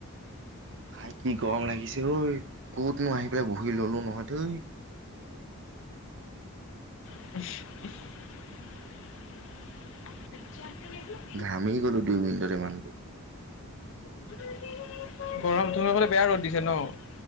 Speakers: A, on the right; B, on the left.
A: ভাই কি গৰম লাগিছে ঐ, ক'তনো আহি পেলাই বহি ল'লোঁ নহয় থুই।
B: <inaudible> <inaudible>
A: ঘামি গলো দুই মিনিটতে ইমান
B: গৰম তোমা ফালে বেয়া ৰ'দ দিছে ন।